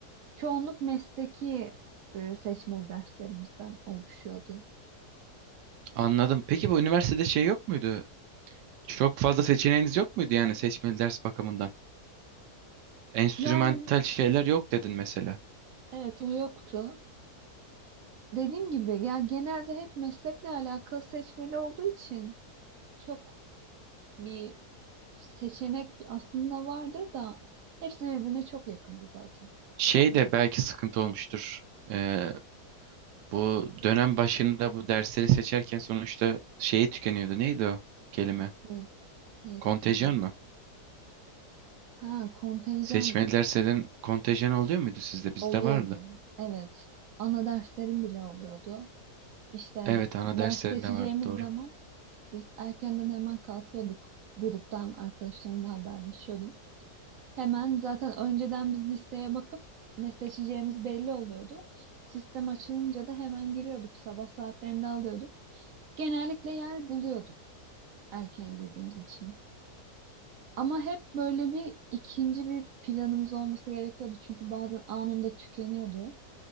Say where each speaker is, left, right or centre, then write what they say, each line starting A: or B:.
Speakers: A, on the right (about 70°); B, on the right (about 85°).
A: çoğunluk mesleki e, seçmeli derslerimizden oluşuyordu.
B: Anladım. Peki bu üniversitede şey yok muydu? Çok fazla seçeneğiniz yok muydu yani seçmeli ders bakımından? Enstrümantal
A: Yani
B: şeyler yok dedin mesela.
A: evet o yoktu. Dediğim gibi ya genelde hep meslekle alakalı seçmeli olduğu için çok bir seçenek aslında vardır da hepsi birbirine çok yakındı zaten.
B: Şey de belki sıkıntı olmuştur. Ee, Bu dönem başında bu dersleri seçerken sonuçta şeyi tükeniyordu. Neydi o kelime?
A: Ne, neyi
B: Kontenjan
A: tükeniyordu?
B: mı?
A: Ha kontenjan
B: Seçmeli derslerin kontenjanı oluyor muydu sizde? Bizde
A: oluyordu.
B: vardı.
A: Evet. Ana derslerim bile oluyordu. İşte
B: Evet, ana
A: ders
B: derslerinde
A: seçeceğimiz
B: vardı doğru.
A: zaman biz erkenden hemen kalkıyorduk. Gruptan arkadaşlarımla haberleşiyordum. Hemen zaten önceden biz listeye bakıp ne seçeceğimiz belli oluyordu. Sistem açılınca da hemen giriyorduk. Sabah saatlerinde alıyorduk. Genellikle yer buluyorduk erken girdiğimiz için. Ama hep böyle bir ikinci bir planımız olması gerekiyordu. Çünkü bazen anında tükeniyordu.